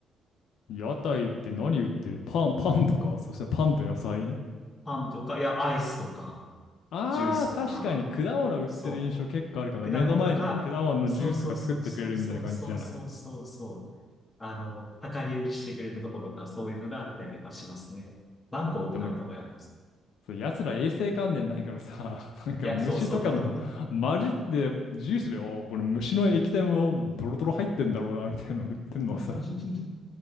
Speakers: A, on the left; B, on the left.
A: 屋台って何売ってるパン、パンとかそしてパンと野菜
B: パンとか、いや、アイスとか、
A: ああー、
B: ジュースとか、
A: 確かに果物売ってる印象結構あるかもな。
B: そう。
A: 目の前で果物のジュースとか作ってくれるみたいな感じじゃない
B: 果物とか、そうそうそうそうそうそうそうそうそう。あの、量り売りしてくれるところとか、そういうのがあったりとかしますね。マンゴーを食べたことあります。
A: でも、そう、奴ら衛生観念ないからさ、<laughs> なんか虫とかも混じってジュースで、
B: いや、そうそう。
A: おーこれ虫の液体もドロドロ入ってんだろうな、みたいなの売ってんのはさ、
B: <laughs>